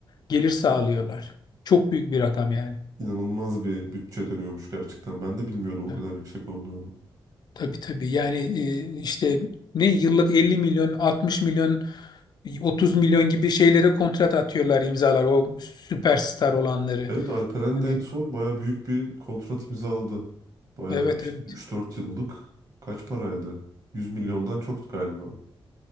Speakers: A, on the left (about 50°); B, on the right (about 40°).
A: gelir sağlıyorlar. Çok büyük bir rakam yani.
B: İnanılmaz bir bütçe dönüyormuş gerçekten. Ben de bilmiyordum o
A: Ha,
B: kadar yüksek olduğunu.
A: Tabii tabii. Yani e, işte ne yıllık 50 milyon, 60 milyon, 30 milyon gibi şeylere kontrat atıyorlar imzalar o süperstar olanları.
B: Evet Alperen
A: Hani
B: de en son bayağı büyük bir kontrat imzaladı. Bayağı
A: evet
B: işte
A: evet.
B: 3-4 yıllık kaç paraydı? yüz milyondan çoktu galiba.